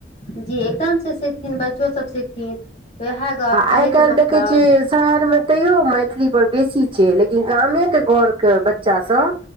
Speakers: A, on the left (about 35°); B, on the right (about 30°).
A: जी एकदम सँ सिखथिन बच्चो सब सिखथिन तऽ उएह गप्प
B: आ
A: कहैके
B: आइ काल्हि
A: मतलब
B: देखै छियै शहरमे तैयो मैथिलीपर बेसी छै लेकिन गामेके घरके बच्चासभ